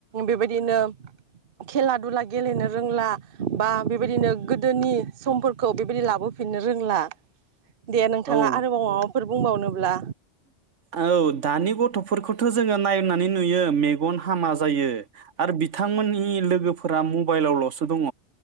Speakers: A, on the right; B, on the right.
A: बेबायदिनो खेला दुला गेलेनो रोंला बा बेबायदिनो गोदोनि समफोर खौ बेबायदि लाबोफिननो रोंला। दे नोंथाङा
B: औ
A: आरोबाव माबाफोर बुंबावनोब्ला।
B: औ दानि गथ'फोरखौथ' जोङो नायनानै नुयो मेगन हामा जायो आरो बिथांमोननि लोगोफोरा मबाइलावल'सो दङ।